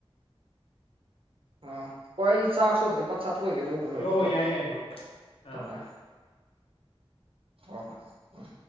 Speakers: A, on the right; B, on the left.
A: ꯑꯥ ꯍꯣꯏ ꯑꯩ ꯆꯥꯛꯁꯨ ꯑꯝꯇ ꯄꯠ ꯆꯥꯊꯣꯛꯏꯒꯦ ꯂꯣꯏꯔ
B: ꯌꯣ
A: ꯃꯨꯛ ꯇꯧꯔꯛꯀꯦ
B: ꯌꯥꯏ ꯌꯥꯏ ꯕ꯭ꯔꯣ
A: ꯇꯧꯅꯔꯦ
B: ꯑꯥ
A: ꯍꯣ ꯍꯣꯏ ꯎꯝ